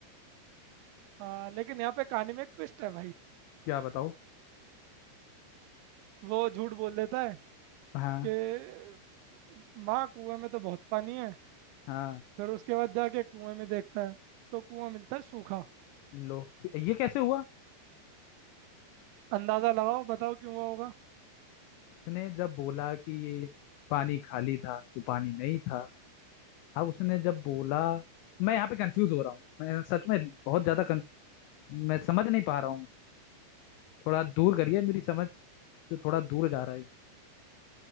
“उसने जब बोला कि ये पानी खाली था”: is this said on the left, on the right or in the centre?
Left